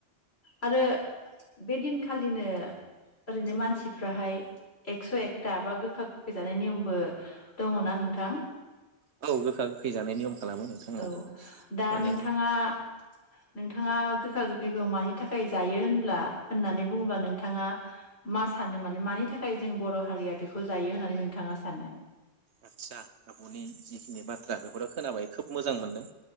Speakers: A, on the left; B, on the right.
A: आरो बे दिनखालिनो, ओरैनो मानसिफ्राहाय एकस' एकथा बा गोखा खै जानाय नियमबो दङ ना नोंथां?
B: औ गोखा गोखै जानाय नियम खालामो नोंथां
A: औ दा
B: माने
A: नोंथाङा नोंथाङा गोखा गोख फैगौ मानि थाखाय जायो होनब्ला होननानै बुङोबा नोंथाङा मा सानो माने मानि थाखाय जों बर' हारिया बेखौ जायो होननानै नोंथाङा सानो?
B: आदसा आब'नि जिखिनि बाथ्रा बेफोरखो खोनाबाय खोब मोजां मोनदों।